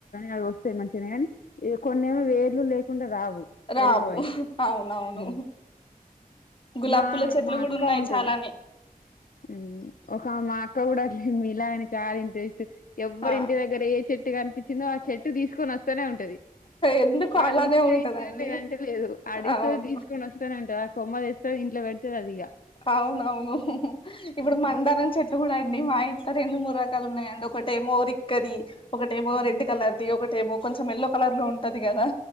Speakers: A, on the left; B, on the left.
A: అది వస్తే మంచినేగాని. కొన్నెమో వేర్లు లేకుండా రావు. పెరగవయి
B: ఆవ్ అవునవును.
A: ఉమ్.
B: గులాబి
A: మా
B: పూల చెట్లు
A: మా
B: కూడా
A: అక్క
B: ఉన్నాయి
A: ఉంటది
B: చాలానే.
A: ఉమ్ ఒక మా అక్క కూడా లేదు మీలాగనే చాలా ఇంట్రెస్ట్. ఎవ్వరి
B: ఆ
A: ఇంటి దగ్గర ఏ చెట్టు కనిపించిందో ఆ చెట్టు తీసుకొని వస్తానే ఉంటది.
B: ఎందుకు
A: వాళ్ళు
B: అలానే
A: ఇస్తే
B: ఉంటదండి
A: ఇచ్చేండ్రు లేదంటే లేదు అడుగుతది
B: అవును
A: తీసుకొని వస్తానే ఉంటది అక్. కొమ్మదేస్తాది ఇంట్లో పెడుతది అది ఇంకా.
B: అవునవును ఇప్పుడు
A: అంత
B: మందారం చెట్లు కూడా అండి మా ఇంట్లో రెండు మూడు రకాలు ఉన్నాయండి ఒకటేమో రిక్కది ఒకటేమో
A: ఆ
B: రెడ్ కలర్ది ఒకటేమో కొంచెం ఎల్లో కలర్ లో ఉంటది కదా